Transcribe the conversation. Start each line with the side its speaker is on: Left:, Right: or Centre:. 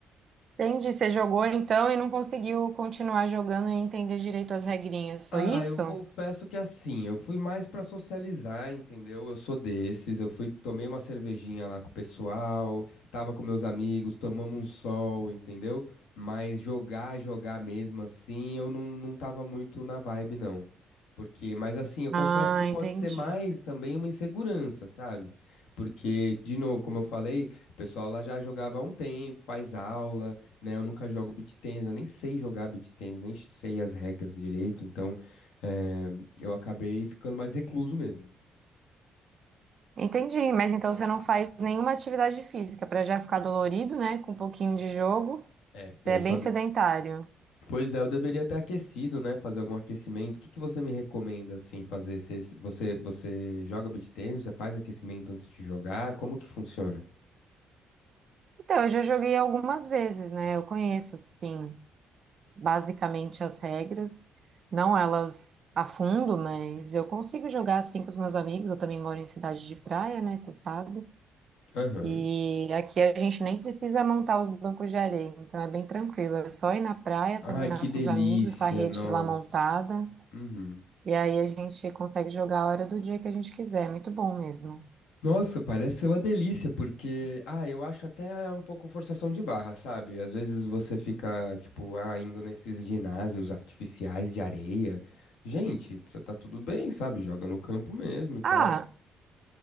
Right: Entendi, você jogou então e não conseguiu continuar jogando e entender direito as regrinhas, foi
Left: Ah,
Right: isso?
Left: eu confesso que assim, eu fui mais pra socializar, entendeu? Eu sou desses, eu fui, tomei uma cervejinha lá com o pessoal, tava com meus amigos, tomamos um sol, entendeu? Mas jogar, jogar mesmo assim, eu não, não tava muito na vibe, não. Porque, mas assim, eu
Right: Ah,
Left: confesso que pode
Right: entendi.
Left: ser mais também uma insegurança, sabe? Porque, de novo, como eu falei, o pessoal lá já jogava há um tempo, faz aula, né? Eu nunca jogo beach tennis, eu nem sei jogar beach tennis, nem sei as regras direito, então. É, eu acabei ficando mais recluso mesmo.
Right: Entendi, mas então você não faz nenhuma atividade física para já ficar dolorido, né? Com um pouquinho de jogo.
Left: É.
Right: Você
Left: Eu
Right: é
Left: só
Right: bem
Left: de-
Right: sedentário.
Left: Pois é, eu deveria ter aquecido, né? Fazer algum aquecimento. O que que você me recomenda, assim, fazer? Você, você, você joga beach tennis? Você faz aquecimento antes de jogar? Como que funciona?
Right: Então, eu já joguei algumas vezes, né? Eu conheço, assim, basicamente as regras, não elas a fundo, mas eu consigo jogar assim com os meus amigos. Eu também moro em cidade de praia, né? Você sabe.
Left: Aham.
Right: E aqui a gente nem precisa montar os bancos de areia, então é bem tranquilo. É só ir na praia,
Left: Ai,
Right: combinar
Left: que delícia,
Right: com os amigos, tá a rede
Left: nossa.
Right: lá montada,
Left: Uhum.
Right: e aí a gente consegue jogar a hora do dia que a gente quiser. É Muito bom mesmo.
Left: Nossa, parece ser uma delícia, porque, ah, eu acho até um pouco forçação de barra, sabe? Às vezes você fica, tipo, ah, indo nesses ginásios artificiais de areia. Gente, tá tá tudo bem, sabe? Joga no campo mesmo e tal.
Right: Ah,